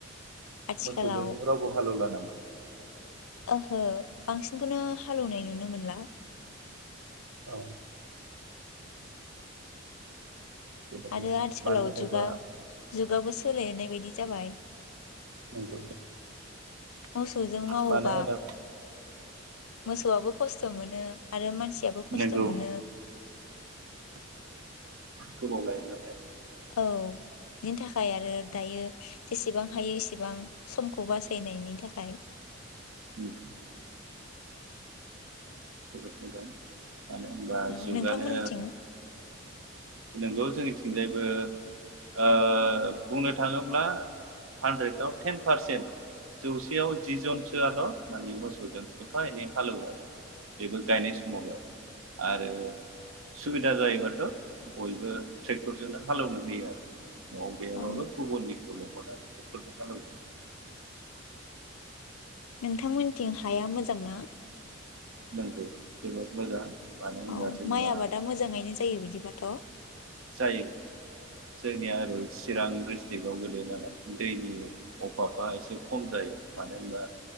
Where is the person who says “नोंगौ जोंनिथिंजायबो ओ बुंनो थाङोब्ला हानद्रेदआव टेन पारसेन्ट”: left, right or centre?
Right